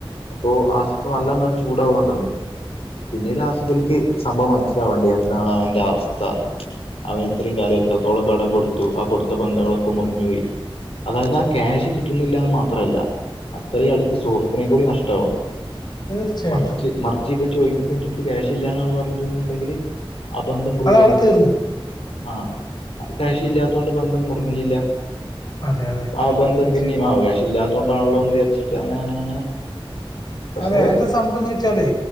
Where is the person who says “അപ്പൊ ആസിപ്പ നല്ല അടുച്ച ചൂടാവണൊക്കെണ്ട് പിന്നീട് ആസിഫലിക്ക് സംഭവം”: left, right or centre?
Left